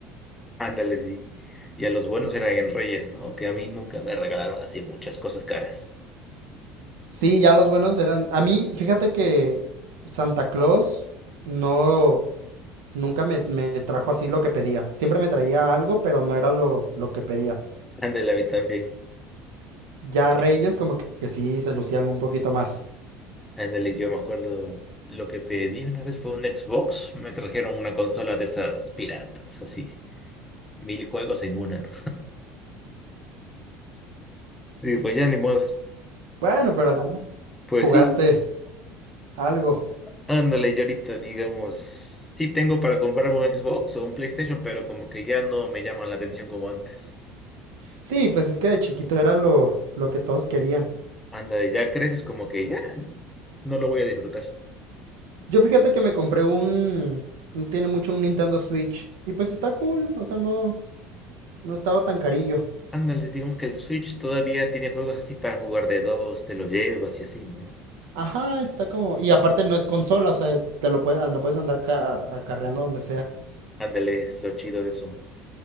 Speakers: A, on the left (about 15°); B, on the right (about 70°).
A: Ándale, sí. Y a los buenos eran en Reyes, ¿no? Que a mí nunca me regalaron así muchas cosas caras.
B: Sí, ya los buenos eran. A mí, fíjate que Santa Claus no, nunca me, me trajo así lo que pedía. Siempre me traía algo, pero no era lo, lo que pedía.
A: Ándale, a mí también.
B: Ya Reyes
A: Sí.
B: como que, que sí se lucían un poquito más.
A: Ándale, yo me acuerdo lo que pedí una vez fue un Xbox. Me trajeron una consola de esas piratas, así. Mil juegos en una, ¿no? Y pues ya ni modo.
B: Bueno, pero al menos
A: Pues
B: jugaste
A: sí,
B: algo.
A: ándale, yo ahorita, digamos, sí tengo para comprarme un Xbox o un PlayStation, pero como que ya no me llaman la atención como antes.
B: Sí, pues es que de chiquito era lo, lo que todos querían.
A: Ándale, ya creces como que ya no lo voy a disfrutar.
B: Yo fíjate que me compré un, no tiene mucho un Nintendo Switch y pues está cool, o sea, no, no estaba tan carillo.
A: Ándale, digamos que el Switch todavía tiene juegos así para jugar de dos, te lo llevas y así, ¿no?
B: Ajá, está como, y aparte no es consola, o sea, te lo puedes, lo puedes andar ca- acarreando donde sea.
A: Ándale, es lo chido de eso.